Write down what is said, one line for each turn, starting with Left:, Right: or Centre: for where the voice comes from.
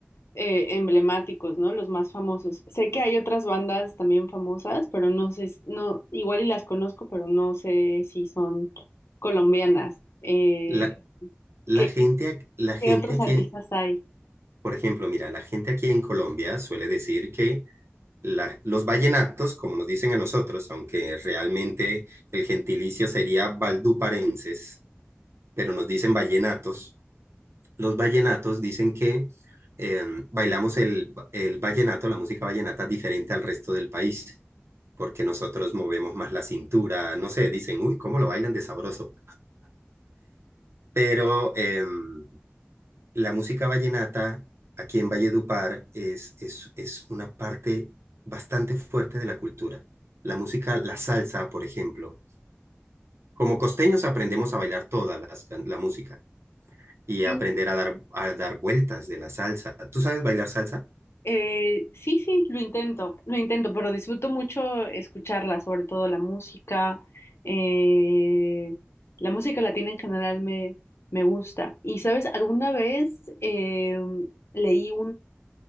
Left: eh, emblemáticos, ¿no? Los más famosos. Sé que hay otras bandas también famosas, pero no sé, s- no, igual y las conozco, pero no sé si son colombianas. Eh,
Right: La, la
Left: ¿qué,
Right: gente, ac- la gente
Left: qué otros
Right: aquí,
Left: artistas hay?
Right: por ejemplo, mira, la gente aquí en Colombia suele decir que la- los vallenatos, como nos dicen a nosotros, aunque realmente el gentilicio sería valduparenses, pero nos dicen vallenatos, los vallenatos dicen que eh, bailamos el, el vallenato, la música vallenata, diferente al resto del país, porque nosotros movemos más la cintura, no sé, dicen, uy, ¿cómo lo bailan de sabroso? Pero... em, la música vallenata aquí en Valledupar es, es, es una parte bastante fuerte de la cultura. La música, la salsa, por ejemplo. Como costeños aprendemos a bailar toda las can- la música y
Left: Sí,
Right: aprender a dar, a dar vueltas de la salsa. ¿Tú sabes bailar salsa?
Left: eh, sí, sí, lo intento, lo intento, pero disfruto mucho escucharla, sobre todo la música. eh, la música latina en general me, me gusta. Y, ¿sabes? Alguna vez em, leí